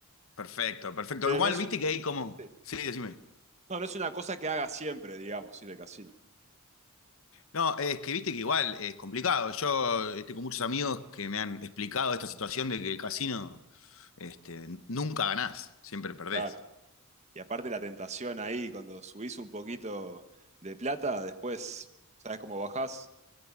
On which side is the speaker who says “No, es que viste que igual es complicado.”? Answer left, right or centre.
Left